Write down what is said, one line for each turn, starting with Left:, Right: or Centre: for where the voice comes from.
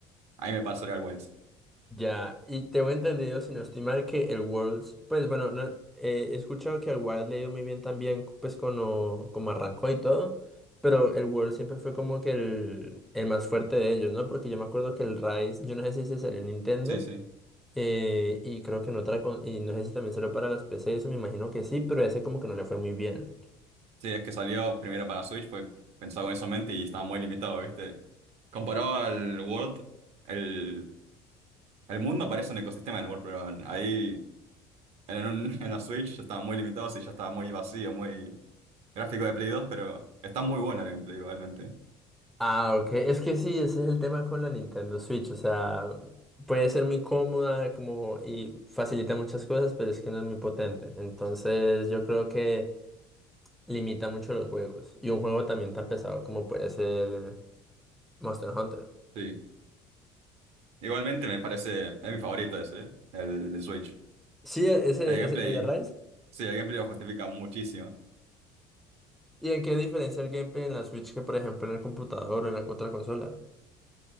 Right: ahí me pasaré al Wilds.
Centre: ya. Y tengo entendido, si no estoy mal, que el Worlds, pues bueno, no, eh, he escuchado que el Wild le ha ido muy bien también, pues como, como arrancó y todo. Pero el World siempre fue como que el, el más fuerte de ellos, ¿no? Porque yo me acuerdo que el Rise, yo no sé si se salió en Nintendo,
Right: Sí, sí.
Centre: Eh, y creo que en otra, con- y no sé si también salió para las PC, eso me imagino que sí, pero ese como que no le fue muy bien.
Right: Sí, es que salió primero para Switch, fue pensado con eso en mente y estaba muy limitado, ¿viste? Comparado al World, el, el mundo parece un ecosistema del World, pero ahí en, un- <laughs> en la Switch estaba muy limitado, sí, ya estaba muy vacío, muy gráfico de Play 2, pero está muy bueno el gameplay igualmente.
Centre: Ah, ok, es que sí, ese es el tema con la Nintendo Switch, o sea, puede ser muy cómoda como y facilita muchas cosas, pero es que no es muy potente. Entonces yo creo que limita mucho los juegos. Y un juego también tan pesado como puede ser Monster Hunter.
Right: Sí, igualmente me parece, es mi favorito ese, ¿eh? el de Switch.
Centre: Sí, e- ese
Right: El gameplay,
Centre: es el de Rise.
Right: sí, el gameplay lo justifica muchísimo.
Centre: ¿Y en qué diferencia el gameplay en la Switch que por ejemplo en el computador o en la otra consola?